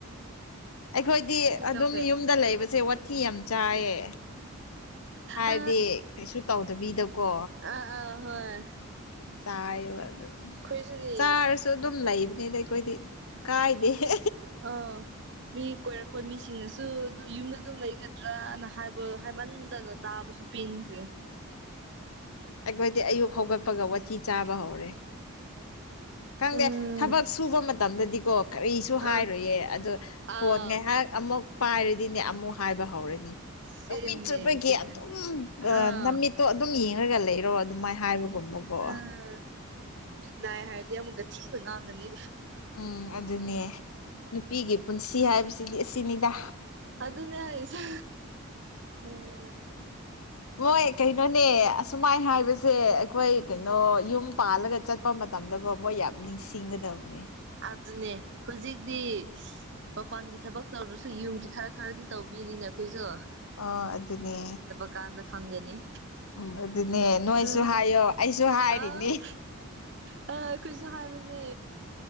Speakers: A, on the left; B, on the right.
A: ꯑꯩꯈꯣꯏꯗꯤ ꯑꯗꯨꯝ
B: ꯇꯧꯒꯦ
A: ꯌꯨꯝꯗ ꯂꯩꯕꯖꯦ ꯋꯥꯊꯤ ꯌꯥꯝ ꯆꯥꯏꯌꯦ꯫ ꯍꯥꯏꯕꯗꯤ
B: ꯑ
A: ꯀꯩꯁꯨ ꯇꯧꯗꯕꯤꯗꯀꯣ
B: ꯑ ꯑ ꯍꯣꯏ
A: ꯑꯗꯨꯝ ꯆꯥꯏꯕ ꯑꯗꯨ
B: ꯑꯩꯈꯣꯏꯁꯨꯅꯦ
A: ꯆꯥꯔꯁꯨ ꯑꯗꯨꯝ ꯂꯩꯕꯅꯤꯗ ꯑꯩꯈꯣꯏꯗꯤ ꯀꯥꯏꯗꯦ ꯍꯦ
B: ꯑꯧ ꯃꯤ ꯀꯣꯏꯔꯛꯄ ꯃꯤꯁꯤꯡꯅꯁꯨ ꯑꯗꯨ ꯌꯨꯝꯗ ꯑꯗꯨꯝ ꯂꯩꯒꯗ꯭ꯔꯅ ꯍꯥꯏꯕ ꯍꯥꯏꯃꯟꯗꯅ ꯇꯥꯕꯁꯨ ꯄꯤꯡꯒ꯭ꯔꯦ
A: ꯑꯩꯈꯣꯏꯗꯤ ꯑꯌꯨꯛ ꯍꯧꯒꯠꯄꯒ ꯋꯥꯊꯤ ꯆꯥꯕ ꯍꯧꯔꯦ꯫ ꯈꯪꯗꯦ
B: ꯎꯝ
A: ꯊꯕꯛ ꯁꯨꯕ ꯃꯇꯝꯗꯗꯤꯀꯣ꯫ ꯀꯔꯤꯁꯨ ꯍꯥꯏꯔꯣꯢꯌꯦ
B: ꯑ
A: ꯑꯗꯣ ꯐꯣꯟ
B: ꯑꯥꯎ
A: ꯉꯩꯍꯥꯛ ꯑꯃꯨꯛ ꯄꯥꯏꯔꯗꯤꯅꯦ ꯑꯃꯨꯛ ꯍꯥꯏꯕ ꯍꯧꯔꯅꯤ
B: ꯁꯦꯝꯅꯦ
A: ꯅꯨꯃꯤꯠ ꯆꯨꯞꯄꯒꯤ
B: ꯑꯩꯈꯣꯏꯅ
A: ꯑꯗꯨꯝ ꯑ
B: ꯑꯥ
A: ꯅꯃꯤꯠꯇꯣ ꯑꯗꯨꯝ ꯌꯦꯡꯔꯒ ꯂꯩ ꯔꯣ ꯑꯗꯨꯃꯥꯏ ꯍꯥꯏꯕꯒꯨꯝꯕꯒꯣ
B: ꯑꯥ ꯃꯤꯠ ꯅꯥꯏ ꯍꯥꯏꯔꯗꯤ ꯑꯃꯨꯛꯀ ꯊꯤꯅ ꯉꯥꯡꯉꯅꯤ꯫
A: ꯎꯝ ꯑꯗꯨꯅꯦ ꯅꯨꯄꯤꯒꯤ ꯄꯨꯟꯁꯤ ꯍꯥꯏꯕꯁꯤꯗꯤ ꯑꯁꯤꯅꯤꯗꯥ
B: ꯑꯗꯨꯅꯦ ꯍꯥꯏꯁ ꯎꯝ
A: ꯃꯣꯏ ꯀꯩꯅꯣꯅꯦ ꯑꯁꯨꯃꯥꯏ ꯍꯥꯏꯕꯁꯦ ꯑꯩꯈꯣꯏ ꯀꯩꯅꯣ ꯌꯨꯝ ꯄꯥꯜꯂꯒ ꯆꯠꯄ ꯃꯇꯝꯗꯒꯣ ꯃꯣꯏ ꯌꯥꯝ ꯅꯤꯡꯁꯤꯡꯒꯗꯧꯕꯅꯦ꯫
B: ꯑꯗꯨꯅꯦ ꯍꯨꯖꯤꯛꯗꯤ ꯃꯄꯥꯟꯒꯤ ꯊꯕꯛ ꯇꯧꯗ꯭ꯔꯁꯨ ꯌꯨꯝꯒꯤ ꯈꯔ ꯈꯔꯗꯤ ꯇꯧꯕꯤꯔꯤꯅ ꯑꯩꯈꯣꯏꯖꯨ꯫
A: ꯑꯣ ꯑꯗꯨꯅꯦ꯫
B: ꯀꯥꯟꯗ ꯈꯪꯒꯅꯤ
A: ꯎꯝ ꯑꯗꯨꯅꯦ ꯅꯣꯏꯁꯨ
B: ꯑ
A: ꯍꯥꯏꯌꯣ ꯑꯩꯁꯨ ꯍꯥꯏꯔꯤꯅꯦ
B: ꯑꯧ ꯀ ꯑ ꯑꯩꯈꯣꯏꯁꯨ ꯍꯥꯏꯕꯅꯦ꯫